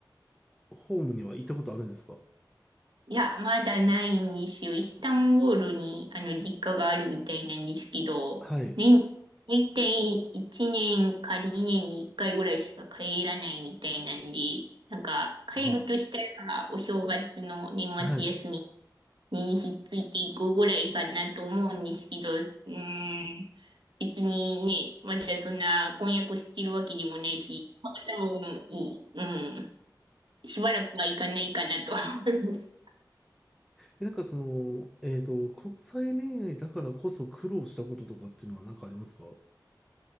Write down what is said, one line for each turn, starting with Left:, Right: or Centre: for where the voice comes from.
Centre: ホームには行ったことあるんですか
Right: いや、まだないんですよ。イスタンブールに、あの、実家があるみたいなんですけど、
Centre: はい。
Right: 年、大体1年か2年に1回ぐらいしか帰らないみたいなんで、なんか、帰るとしたら、
Centre: あ、
Right: お正月の年末休み
Centre: はい。
Right: にひっついていくぐらいかなと思うんですけど、うーん、別にね、まだそんな婚約してるわけでもないし、まあ多分いい、うん、しばらくはいかないかなとは思います。
Centre: えなんかその、えっと、国際恋愛だからこそ苦労したこととかっていうのは何かありますか